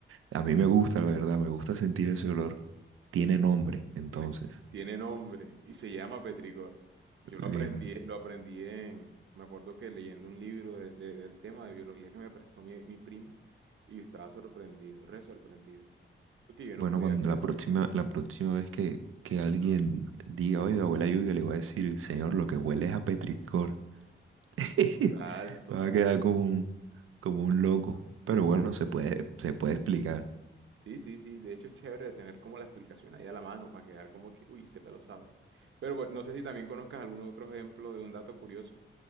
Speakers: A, on the right; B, on the right.
A: a mí me gusta, la verdad, me gusta sentir ese olor. Tiene nombre, entonces.
B: tiene, tiene nombre y se llama petricor. Yo lo
A: Bien,
B: aprendí, lo aprendí en, me acuerdo que leyendo un libro de- de- del tema de biología que me prestó mi, mi prima y yo estaba sorprendido, re sorprendido, porque yo no
A: Bueno,
B: podía
A: cuando
B: creer.
A: la próxima, la próxima vez que, que alguien diga, oiga, huele a lluvia, le voy a decir, señor, lo que huele es a petricor. <laughs>
B: Total, total.
A: Va a quedar como un, como un loco. Pero bueno,
B: Epa.
A: se puede, se puede explicar.
B: Sí, sí, sí. De hecho es chévere tener como la explicación ahí a la mano para quedar como que, uy, este pelo sabe. Pero bueno, no sé si también conozcas algún otro ejemplo de un dato curioso,